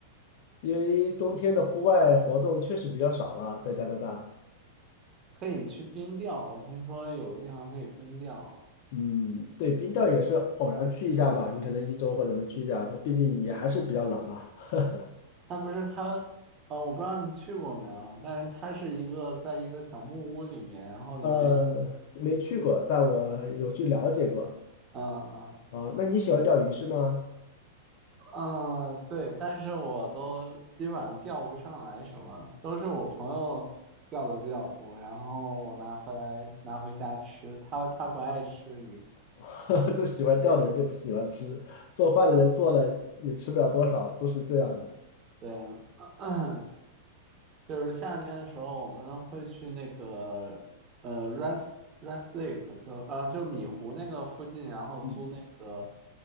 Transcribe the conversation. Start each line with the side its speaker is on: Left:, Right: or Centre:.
Left: 因为冬天的户外活动确实比较少了，在加拿大。
Right: 可以去冰钓，我听说有个地方可以冰钓啊。
Left: 嗯，对，冰钓也是偶然去一下吧，你可能一周或者什么去一下，它毕竟也还是比较冷啊。<laughs>
Right: 他不是他，呃，我不知道你去过没有，但是它是一个在一个小木屋里面，然后里面，
Left: 呃，没去过，但我有去了解过。
Right: 嗯嗯
Left: 啊，那你喜欢钓鱼是吗？
Right: 嗯，对，但是我都基本上钓不上来什么，都是我朋友钓的比较多，然后我拿回来拿回家吃，他他不爱吃鱼，
Left: <laughs> 都喜欢钓的人就不喜欢吃，做饭的人做了也吃不了多少，都是这样的。
Right: 对啊，<clears throat> 就是夏天的时候，我们会去那个呃 Red Red Lake，就呃就米湖那个附近，然后租那个
Left: 嗯，